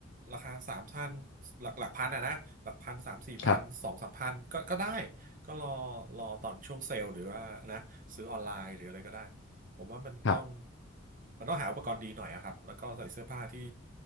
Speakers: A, on the right; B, on the left.
A: ราคาสามพันหลักหลักพันอ่ะนะหลักพันสามสี่พันสองสามพันก็ก็ได้
B: ครับ
A: ก็รอรอตอนช่วงเซลล์หรือว่านะซื้อออนไลน์หรืออะไรก็ได้ผมว่ามันต้อง
B: ครับ
A: มันต้องหาอุปกรณ์ดีหน่อยอะครับแล้วก็ใส่เสื้อผ้าที่